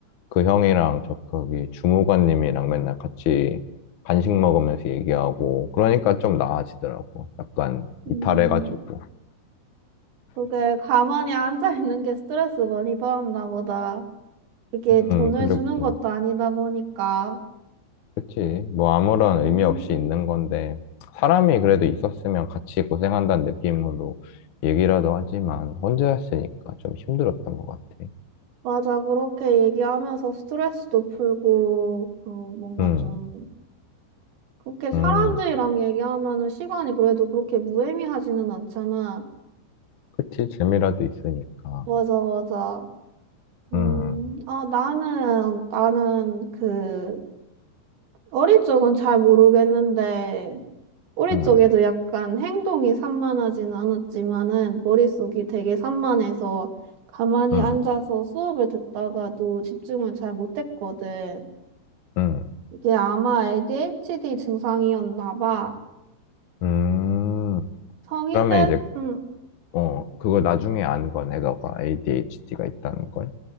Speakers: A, on the left; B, on the right.
A: 그 형이랑 저 거기 주무관님이랑 맨날 같이 간식 먹으면서 얘기하고 그러니까 좀 나아지더라고. 약간
B: 음.
A: 이탈해가지고.
B: 그게 가만히 앉아 있는 게 스트레스 많이 받았나 보다. 이게
A: 음,
B: 돈을
A: 그리고
B: 주는 것도 아니다 보니까.
A: 그치. 뭐 아무런
B: 음.
A: 의미 없이 있는 건데, 사람이 그래도 있었으면 같이 고생한다는 느낌으로 얘기라도 하지만, 혼자였으니까 좀 힘들었던 것 같아.
B: 맞아, 그렇게 얘기하면서 스트레스도 풀고, 그, 뭔가
A: 음,
B: 좀, 그렇게 사람들이랑
A: 음,
B: 얘기하면은 시간이 그래도 그렇게 무의미하지는 않잖아.
A: 그치. 재미라도 있으니까.
B: 맞아, 맞아. 음,
A: 음,
B: 아, 나는, 나는 그, 어릴 적은 잘 모르겠는데, 우리
A: 음,
B: 쪽에도 약간 행동이 산만하지는 않았지만은, 머릿속이 되게 산만해서, 가만히
A: 음,
B: 앉아서 수업을 듣다가도 집중을 잘 못했거든.
A: 음,
B: 이게 아마 ADHD 증상이었나 봐.
A: 음.
B: 성인
A: 그러면
B: 돼,
A: 이제,
B: 음,
A: 어, 그걸 나중에 안 거네, 너가 ADHD가 있다는 걸.